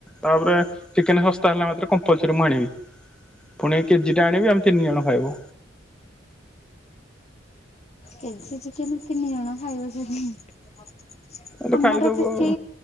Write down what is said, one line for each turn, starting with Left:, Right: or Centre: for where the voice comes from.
Centre: ତାପରେ ଚିକେନ ଶସ୍ତା ହେଲା ମାତ୍ରେ କମ୍ପଲସରି ମୁଁ ଆଣିବି। ପୁଣି କେଜିଟା ଆଣିବି ଆମେ ତିନି ଜଣ ଖାଇବୁ।
Left: କେଜି ଚିକେନ ତିନି ଜଣ ଖାଇଦଉଚନ୍ତି।
Centre: ତ
Left: ଆମର
Centre: ଖାଇଦବୁ
Left: ସେଠି
Centre: ଆଉ